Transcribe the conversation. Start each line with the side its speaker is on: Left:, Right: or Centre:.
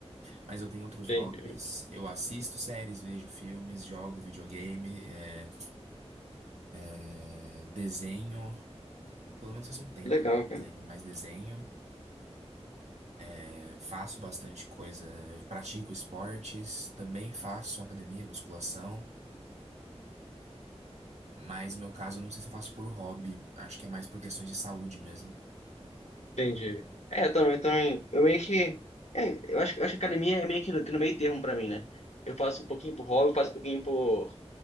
Right: Mas eu tenho outros
Left: Entendi.
Right: hobbies, eu assisto séries, vejo filmes, jogo videogame, é, é, desenho. Pelo menos faz um tempo
Left: Legal,
Right: que eu não
Left: cara.
Right: desenho, mas desenho, eh, faço bastante coisa, pratico esportes, também faço academia, musculação, mas no meu caso eu não sei se eu faço por hobby, acho que é mais por questões de saúde mesmo.
Left: Entendi. É, também, também. Eu meio que. É, eu acho, eu acho que academia é meio que no, que no meio termo pra mim, né? Eu faço um pouquinho por hobby, eu faço um pouquinho por